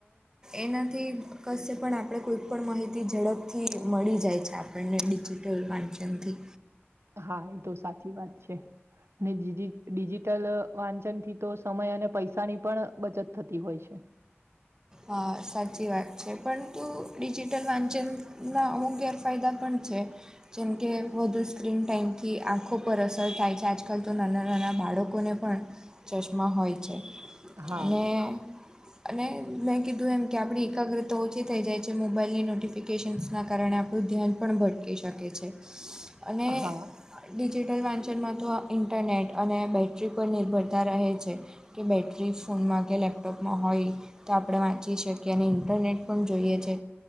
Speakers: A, on the right (about 15°); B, on the right (about 70°).
A: એનાથી કશે પણ આપણે કોઈ પણ માહિતી ઝડપથી મળી જાય છે આપણને ડિજિટલ વાંચનથી
B: હા એ તો સાચી વાત છે. અને ડિજિટલ વાંચન થી તો સમય અને પૈસાની પણ બચત થતી હોય છે.
A: હા સાચી વાત છે પરંતુ ડિજિટલ વાંચનના અમુક ગેરફાયદા પણ છે. જેમકે વધુ સ્ક્રીન ટાઈમથી આંખો પર અસર થાય છે. આજકાલ તો નાના-નાના બાળકો લોકોને પણ ચશ્મા હોય છે
B: હા,
A: અને અને મેં કીધું એમ કે આપણી એકાગ્રતા ઓછી થઈ જાય છે. મોબાઈલની નોટિફિકેશન્સના કારણે આપણું ધ્યાન પણ ભટકી શકે છે અને
B: હા,
A: ડિજિટલ વાંચનમાં તો ઇન્ટરનેટ અને બેટરી પર નિર્ભરતા રહે છે. કે બેટરી ફોનમાં કે લૅપટોપમાં હોય તો આપણે વાંચી શકીએ અને ઇન્ટરનેટ પણ જોઈએ છે